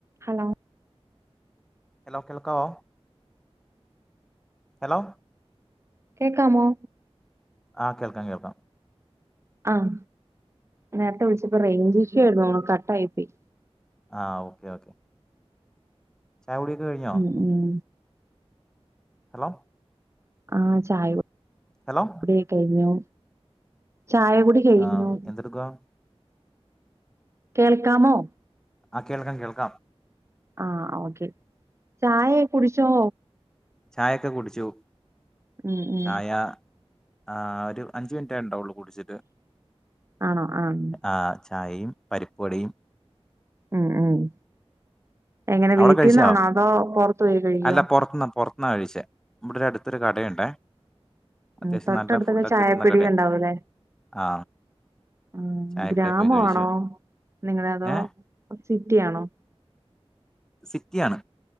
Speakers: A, on the right; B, in the centre.
A: ഹലോ
B: ഹലോ കേൾക്കാവോ ഹലോ
A: കേക്കാമോ
B: ആഹ കേൾക്കാം കേൾക്കാം
A: ആഹ നേരത്തെ വിളിച്ചപ്പോ റേഞ്ച് ഇഷ്യൂ ആണ് കട്ടായി പോയി
B: ആഹ ഓക്കെ ഓക്കെ ചായകുടിയൊക്കെ കഴിഞ്ഞോ
A: ഉം ഉം
B: ഹലോ
A: ആഹ ചായകുടി
B: ഹലോ
A: കഴിഞ്ഞു ചായ കൂടി കഴിഞ്ഞു
B: ആ എന്തെടുക്കുവാ
A: കേൾക്കാമോ
B: ആ കേൾക്കാം കേൾക്കാം
A: ആ ഓക്കെ ചായ കുടിച്ചോ
B: ചായൊക്കെ കുടിച്ചു
A: മ്മ് മ്മ്
B: ചായ ആ ഒരു അഞ്ചു മിനിറ്റായിട്ടുണ്ടാവൊള്ളൂ കുടിച്ചിട്ട്
A: ആണോ ആഹ്
B: ആ ചായയും പരിപ്പു വടയും
A: മ്മ് മ്മ് എങ്ങനെ
B: അവിടെ
A: വീട്ടിൽന്നാണോ
B: കഴിച്ചോ
A: അതോ പുറത്ത് പോയി കഴിക്കോ
B: അല്ല പുറത്തുന്നാ പുറത്തുന്നാ കഴിച്ചേ ഇവിടെ അടുത്തൊരു കടയുണ്ടേ അത്യാവശ്യം
A: ഉ തൊട്ടടുത്തൊക്കെ
B: നല്ല ഫുഡൊക്കെ
A: ചായപ്പീടിക
B: കിട്ടുന്ന കടയാ
A: ഉണ്ടാവൂല്ലേ
B: ആ
A: ആഹ
B: ചായക്കടയിൽ
A: ഗ്രാമമാണോ
B: പോയി കഴിച്ചു
A: നിങ്ങൾ അതോ
B: ഏ
A: സിറ്റിയാണോ
B: സിറ്റിയാണ്